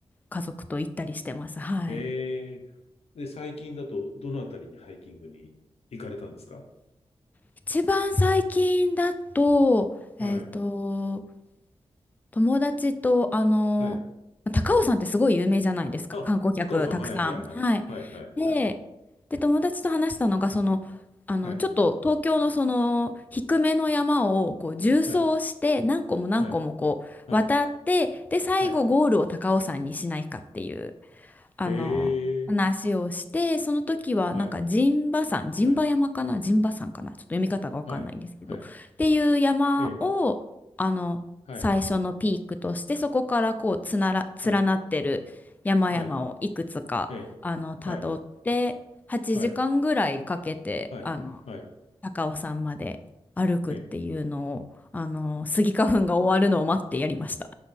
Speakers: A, on the left (about 15°); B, on the left (about 80°).
A: 家族と行ったりしてます。はい。
B: へえ。で、最近だと、どのあたりにハイキングに行かれたんですか
A: 一番最近だと、
B: はい、
A: えっと、友達と、あの、
B: はい。
A: 高尾山ってすごい有名じゃないですか、
B: あ、
A: 観光客たくさん。
B: 高尾さん、はい、はい、はい。
A: はい。
B: はい、はい、
A: で、
B: はい。
A: で、友達と話したのが、その、あの、
B: はい、
A: ちょっと東京のその、低めの山を、こう、縦走して、
B: はい、
A: 何個も何個もこう、
B: はい、はい、
A: 渡って、で、最後ゴールを高尾山にしないかっていう。
B: はい。
A: あの、
B: へえ。
A: 話をして、その時はなんか陣馬山、
B: はい、
A: 陣馬山かな、
B: はい、
A: 陣馬山かな、ちょっと読み方がわかんないんですけど、
B: はい、はい。
A: っていう山を、
B: ええ、
A: あの、
B: はい、
A: 最初のピークとして、そこからこう、つなら、
B: はい、
A: 連なってる山々をいくつか、
B: はい、ええ、
A: あの、たどって、
B: はい、
A: 8時間ぐらいかけて、
B: はい、はい、
A: あの、
B: はい、
A: 高尾山まで歩くっていうのを、
B: ええ、
A: あの、スギ花粉が終わるのを待ってやりました。